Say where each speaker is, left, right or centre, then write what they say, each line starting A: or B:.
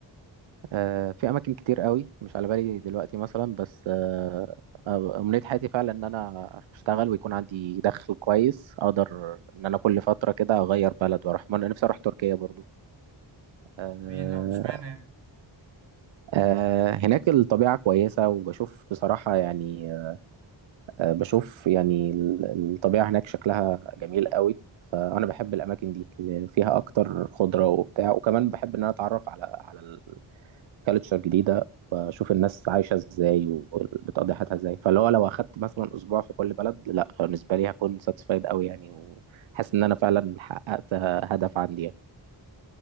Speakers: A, on the right; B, on the right.
A: آه في اماكن كتير قوي مش على بالي دلوقتي مثلا بس آه آه، امنية حياتي فعلا ان انا اشتغل ويكون عندي دخل كويس اقدر ان انا كل فترة كده اغير بلد واروح ما انا نفسي اروح تركيا برضو آه
B: جميل اه مش معنى يعني
A: آه هناك الطبيعة كويسة وبشوف بصراحة يعني آه، بشوف يعني ال- الطبيعة هناك شكلها جميل قوي فأنا بحب الأماكن دي اللي فيها أكتر خضرة وبتاع وكمان بحب إن أنا أتعرف على على الكالتشر جديدة وأشوف الناس عايشة إزاي وبتقضي حياتها إزاي فاللي هو لو أخدت مثلا أسبوع في كل بلد لأ بالنسبة لي هكون ساتسفايد قوي يعني وحاسس إن أنا فعلا حققت هدف عندي يعني.